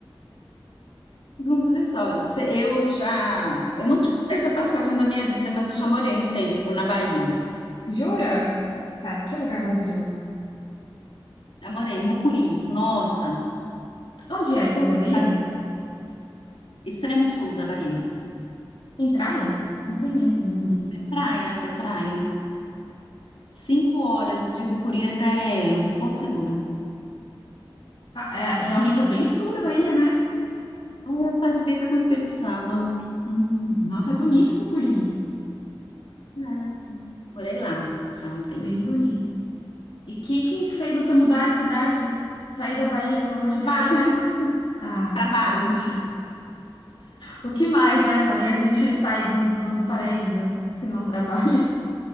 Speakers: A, on the left; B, on the left.
A: Segundos e sóis. Eu já. Eu não te contei essa passagem da minha vida, mas eu já morei um tempo na Bahia.
B: Jura? Cara, que lugar maravilhoso.
A: Já morei em Mucuri. Nossa,
B: Onde é? Sul
A: tive
B: da Bahia?
A: que fazer extremo sul da Bahia.
B: Tem praia? Não conheço, não
A: Tem praia, tem praia. Cinco horas de Mucuri até Porto Seguro.
B: Ah, é, realmente é bem sul da Bahia, né?
A: É, faz divisa com o Espírito Santo.
B: Hum, nossa, é bonito Mucuri.
A: É, morei lá já há um tempo.
B: Bem bonito. E o que que fez você mudar de cidade? Sair da Bahia, pelo amor de
A: Trabalho,
B: Deus. <laughs> Ah,
A: trabalho,
B: faz sentido. O que mais, né, faria a gente sair de um, de um paraíso, se não o trabalho?